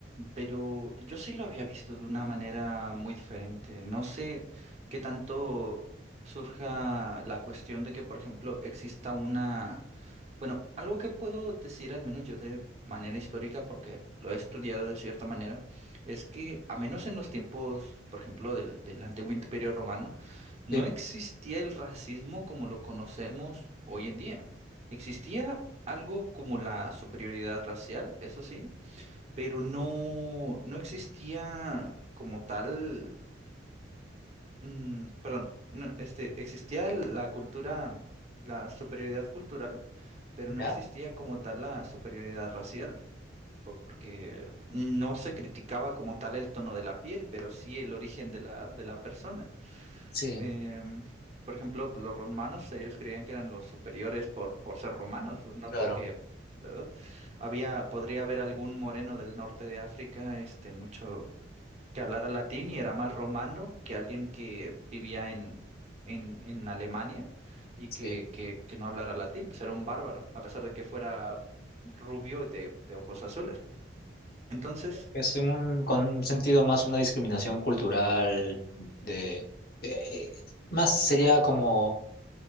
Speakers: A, on the right; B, on the left.
A: pero yo sí lo había visto de una manera muy diferente. No sé qué tanto surja la cuestión de que, por ejemplo, exista una Bueno, algo que puedo decir, al menos yo de manera histórica, porque lo he estudiado de cierta manera, es que a menos en los tiempos, por ejemplo, del, del antiguo imperio romano, no
B: ¿Sí?
A: existía el racismo como lo conocemos hoy en día. Existía algo como la superioridad racial, eso sí, pero no, no existía como tal Mm, perdón, no, este, existía el- la cultura, la superioridad cultural, pero no
B: ¿Ya?
A: existía como tal la superioridad racial, porque no se criticaba como tal el tono de la piel, pero sí el origen de la, de la persona.
B: Sí,
A: Em, por ejemplo, pues, los romanos, ellos creían que eran los superiores por, por ser romanos, no
B: claro.
A: porque, ¿verdad? Había, podría haber algún moreno del norte de África, este, mucho que hablara latín y era más romano que alguien que vivía en, en, en Alemania y
B: Sí.
A: que, que, que no hablara latín, pues era un bárbaro, a pesar de que fuera rubio y de, de ojos azules. Entonces,
B: Es un, con un sentido más una discriminación cultural de, de- más sería como